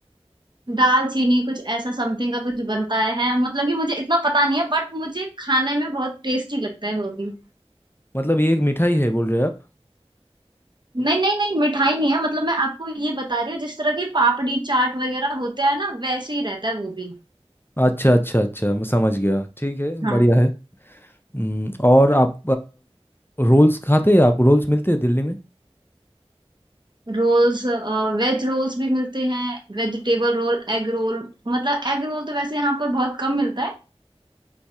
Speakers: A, on the right (about 45°); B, on the left (about 20°).
A: दाल चीनी कुछ ऐसा समथिंग का कुछ बनता है मतलब कि मुझे इतना पता नहीं है बट मुझे खाने में बहुत टेस्टी लगता है वो भी
B: मतलब ये एक मिठाई है बोल रहे हैं आप
A: नहीं नहीं नहीं मिठाई नहीं है मतलब मैं आपको ये बता रही हूँ जिस तरह की पापड़ी चाट वगैरह होता है ना वैसे ही रहता है वो भी
B: अच्छा अच्छा अच्छा मैं समझ गया ठीक है
A: हाँ
B: बढ़िया है हम्म, और आप रोल्स खाते हैं आप रोल्स मिलते हैं दिल्ली में
A: रोल्स वेज रोल्स भी मिलते हैं वेजिटेबल रोल एग रोल मतलब एग रोल तो वैसे यहाँ पर बहुत कम मिलता है